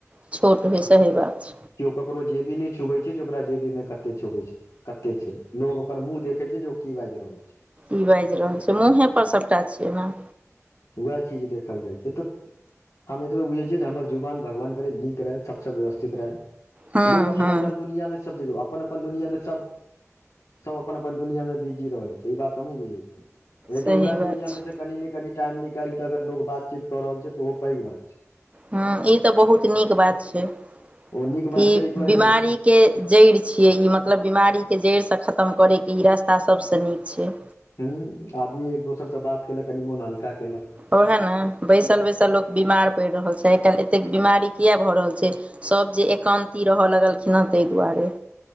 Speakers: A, on the right; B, on the left.
A: छोट भी सही बात
B: केओ ककरो जेबी नहि छुबैत छै जे ओकरा जेबीमे कते छुबै छै कते छै लोग ओकर मुंह देखे छै जे ओ की बाजि रहल छै
A: ई बाजि रहल छै मुँहे पर सभटा छियै ने
B: उएह ची जे देखल जाइ छै तऽ हम एतबे बुझे छियै जे हमर जुवान भगवान करे नीक रहे सबसे व्यवस्थित रहै
A: हँ
B: लोकोग
A: हँ
B: अपन दुनिया में सब जग अपन अपन दुनिया मे सब सब अपन अपन दुनिया मे बिजी रह छै ई बात हमूँ बुझैत छियै लेकिन
A: सही
B: उएह दुनियाँमे
A: बात छै
B: से कनी ने कनि टाइम निकालि कऽ अगर लोग बातचीत कऽ रहल छै तऽ ओहो पैघ बात छै
A: ह ई तऽ बहुत नीक बात छै ई
B: ओ नीक बात छै एहि दुआरे
A: बीमारी के जड़ि छियै ई मतलब बीमारीके जड़िसँ खतम करैके ई रास्ता सभसँ नीक छै
B: ह्म आदमी एक दोसर से बात केलक कनि मोन हल्का केलक
A: ओएहे ने बैसल बैसल लोक बीमार पड़ि रहल छै आइ काल्हि एतेक बीमारी कििया भऽ रहल छै सभ जे एकान्ती रहय लगलखिन हं तहि दुआरे